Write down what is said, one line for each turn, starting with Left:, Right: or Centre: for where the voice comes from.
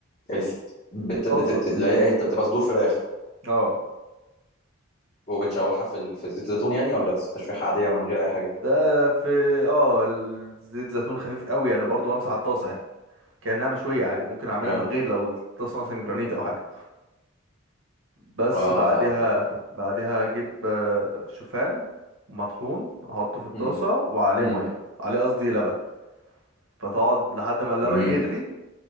Left: الف بت...
Right: طاسة
Left: بت... لا هي- إيه، انت بتبقى صدور فراخ
Right: اه
Left: وبتشوحها في ال... في زيت الزيتون يعني ولا بس تشويحة عادية من غير أي حاجة؟
Right: ده في اه ال- زيت زيتون خفيف قوي انا برضو بمسح الطاسة يعني كأنها مشوية عادي ممكن اعملها
Left: اه
Right: من غير لو الطاسة مثلا جرانيت او حاجة بس
Left: اه
Right: بعدها
Left: فاهمك بقى
Right: بعدها اجيب آه، شوفان مطحون احطه في الطاسة
Left: امم
Right: وعليه
Left: امم
Right: مية عليه قصدي لبن فتقعد لحد ما اللبن
Left: امم
Right: يغلي